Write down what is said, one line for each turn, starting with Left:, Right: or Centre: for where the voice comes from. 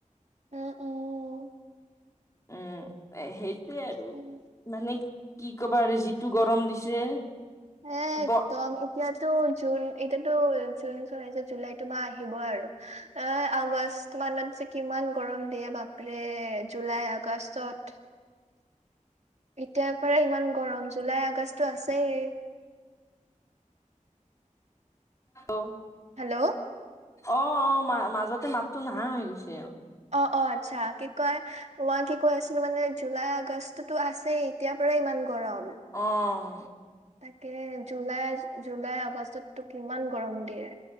Right: উম, উম।
Left: উ-উম, এই সেইটোৱেই
Right: উম।
Left: আৰু। মানে কি কবা আৰু? যিটো গৰম দিছে।
Right: এই একদম
Left: ব
Right: এতিয়াতো জুন, এতিয়াতো জুন চলি আছে, জুলাইতো মাহ আহিব আৰু। এ আগষ্ট মানত যে কিমান গৰম দিয়ে বাপৰে, জুলাই আগষ্টত এতিয়াৰ পৰা ইমান গৰম, জুলাই আগষ্টটো আছেই।
Left: অ'।
Right: হেল্ল'।
Left: অ', অ', মা-মাজতে মাতটো নাহা হৈ গৈছে আৰু।
Right: অ', অ', আচ্ছা, কি কয়, মই কি কৈ আছিলো মানে? জুলাই আগষ্টতো আছেই। এতিয়াৰ পৰাই ইমান গৰম।
Left: অ',
Right: তাকেই জুলাই, জুলাই আগষ্টতটো কিমান গৰম দিয়ে।